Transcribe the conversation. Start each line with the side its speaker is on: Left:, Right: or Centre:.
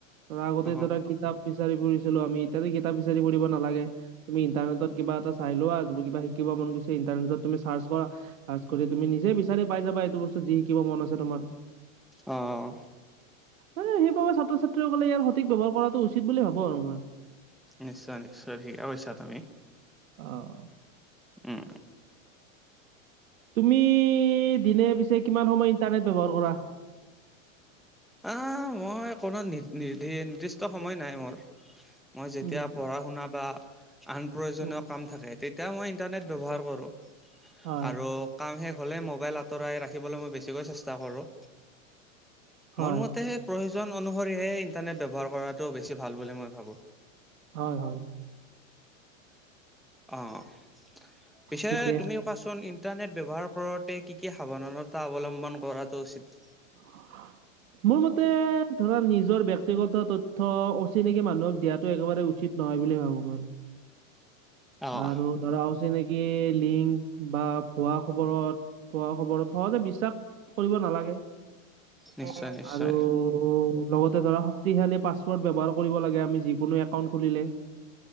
Right: ধৰা আগতে
Centre: অ',
Right: ধৰা কিতাপ বিচাৰি ফুৰিছিলোঁ আমি এতিয়া যে কিতাপ বিচাৰি ফুৰিব নালাগে তুমি ইণ্টাৰনেটত কিবা এটা চাই লোৱা‌ তুমি কিবা শিকিব মন গৈছে ইণ্টাৰনেটত তুমি চাচ কৰা চাৰ্চ কৰি তুমি নিজেই বিচাৰি পাই যাবা এইটো বস্তু যি শিকিব মন আছে তোমাৰ
Centre: অহ অহ
Right: এই সেইবাবে ছাত্ৰ ছাত্ৰীসকলে ইয়াৰ সঠিক ব্যৱহাৰ কৰাটো উচিত বুলি ভাবো আৰু মই
Centre: নিশ্চয় নিশ্চয় ঠিকেই‌ কৈছা তুমি
Right: অহ
Centre: উম।
Right: তুমি দিনে পিছে কিমান সময় ইন্টাৰনেট ব্যৱহাৰ কৰা
Centre: আহ মই কোনো নি নিৰ্দিষ্ট সময় নাই মোৰ মই যেতিয়া
Right: উম
Centre: পঢ়া শুনা বা আন প্ৰয়োজনীয়
Right: উম
Centre: কাম থাকে তেতিয়া মই ইণ্টাৰনেট ব্যৱহাৰ কৰোঁ
Right: হয়
Centre: আৰু কাম শেষ হ'লে মোবাইল আঁতৰাই ৰাখিবলৈ মই বেছিকৈ চেষ্টা কৰোঁ
Right: হয়
Centre: মোৰ মতে সেই প্ৰয়োজন অনুসৰিয়ে ইন্টাৰনেট ব্যৱহাৰ কৰাটো বেছি ভাল বুলি মই ভাবোঁ
Right: হয় হয়
Centre: অহ পিছে
Right: ঠিকে
Centre: তুমি কোৱাচোন ইন্টাৰনেট ব্যৱহাৰ কৰোঁতে কি কি সাৱধানতা অৱলম্বন কৰাটো উচিত
Right: <unintelligible> মোৰ মতে ধৰা নিজৰ ব্যক্তিগত তথ্য অচিনাকি মানুহক দিয়াটো একেবাৰে উচিত নহয় বুলি ভাবোঁ মই
Centre: অঁ
Right: আৰু ধৰা অচিনাকি লিংক বা ভুৱা খবৰত ভুৱা খবৰত সহজে বিশ্বাস কৰিব নালাগে
Centre: নিশ্চয়
Right: কক
Centre: নিশ্চয়
Right: আৰু তো লগতে ধৰা শক্তিশালী পাছৱৰ্ড ব্যৱহাৰ কৰিব লাগে আমি যিকোনো একাউণ্টত খুলিলে